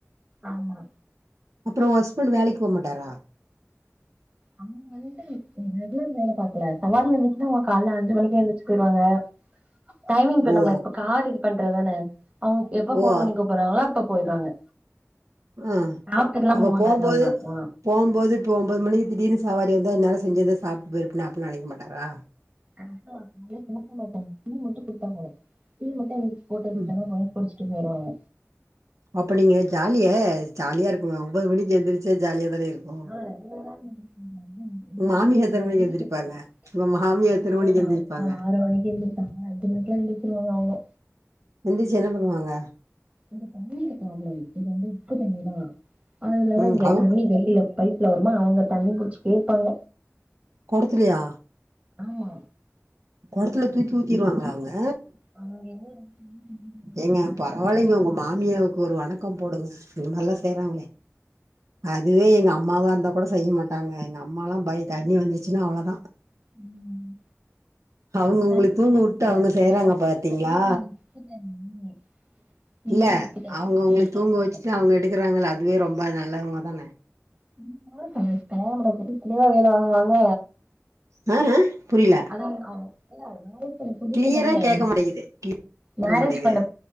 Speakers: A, on the right (about 25°); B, on the right (about 80°).
A: ஆமா
B: அப்றோ ஒ ஹஸ்பண்ட் வேலைக்கு போ மாட்டாரா
A: அவ்ங்க வந்து அ ரெகுலர் வேல பாக்ல சவாரி வந்துச்சுனா அவ்ங்க கால்ல அஞ்சு மணிக்கு எழுந்துருச்சு போயிருவாங்க டைமிங் இப்ப
B: ஓ
A: நம்ம இப்ப கார் இது பண்றதுதான அவ்ங்க எப்ப ஃபோன்
B: ஓ
A: பண்ணி கூப்பிட்றாங்களோ அப் ப்ப போயிருவாங்க‌
B: ஆ
A: சாப்டுக்கலா
B: அப்ப
A: போமாட்டாங்க
B: போம்போது
A: அவ்ங்க போனா
B: போம்போது இப்ப ஒம்போது மணிக்கு திடீர்னு சவாரி வந்தா இன்நேர ‌செஞ்சதே சாப்ட்டு போயிருப்பனே அடின் நெனைக்க மாட்டாரா
A: ஆ ஹா அப்டியெல்லா நெனைக்க மாட்டாங்க டீ மட்டு குடுத்தா போது டீ மட்டு எந்திரிச்சி போட்டு வச்சுடனா
B: ம்.
A: போது குடிச்ட்டு போய்ருவாங்க
B: அப்ப நீங்க ஜாலியே ஜாலியா இருக்குமே ஒம்போது மணிக்கு எந்திரிச்சா ஜாலியா தானே இருக்கு உங்க
A: ஆ <inaudible> எங்க
B: மாமியா
A: ஏரியால
B: எத்தன
A: இந்த
B: மணிக்கு
A: தண்ணிக்கு
B: எந்திரிப்பாங்க
A: ப்ராப்ளம்
B: உங்க மாமியா
A: அதுங்க
B: எத்தன மணிக்கு
A: நானுந்தா
B: எந்திரிப்பாங்க
A: ஆறு மணிக்கு எந்திருச் ஆமா அஞ்சு மணிக்குலா எந்திருச்சுருவாங்க அவ்ங்க
B: எந்திரிச்சு என்ன பண்ணுவாங்க
A: இந்த தண்ணி இது ப்ராப்ளம் இங்க வந்து உப்பு தண்ணி தா ஆனா இதுலலா
B: ம்
A: இங்க
B: அவுங்
A: தண்ணி வெளில பைப்ல வருமா அவுங்க தண்ணி புடிச்சுக்கிட்டே இருப்பாங்க
B: கொடத்துலையா
A: ஆமா
B: கொடத்துல தூக்கி ஊத்திருவாங்களா அவ்ங்க
A: அங்க இருந்து தண்ணி கொண்டு வந்து,
B: ஏங்க பரவால்லைங்க ஒங்க மாமியாவுக்கு ஒரு வணக்க போடுங்க இந்த மாரிலா செய்றாங்ளே அதுவே எங்க அம்மாவா இருந்தா கூட செய்ய மாட்டாங்க எங்க அம்மலா பய தண்ணி வந்துருச்சுனா அவளதா
A: ம்
B: அவ்ங்க
A: தண்ணி
B: உங்கள தூங்க
A: இருக்கு
B: விட்டு அவ்ங்க
A: வீட்ல
B: செய்றாங்க
A: வந்து
B: பாத்தீங்ளா
A: வீட்ல உப்பு தண்ணி வீட்ல
B: இல்ல
A: உப்பு தண்ணி
B: அவ்ங்க உங்களை
A: ம்
B: தூங்க
A: ஆமா
B: வச்சுட்டு
A: ஆமா
B: அவ்ங்க எடுக்குறாங்கல்ல அதுவே ரொம்ப நல்லவ்ங்க தானே
A: இருந்தாலு பாருங்க கல்யாணம் பண்ண புதுசுலேவா வேல வாங்குவாங்க
B: ன்னாங்க புரியிலா
A: <unintelligible> இல்ல மேரேஜ் பண்ண புதுசு
B: கிளியரா
A: தானே
B: கேட்க மாட்டேங்குது கேட்க
A: மேரேஜ்
B: மாட்டேங்குது
A: பண்ண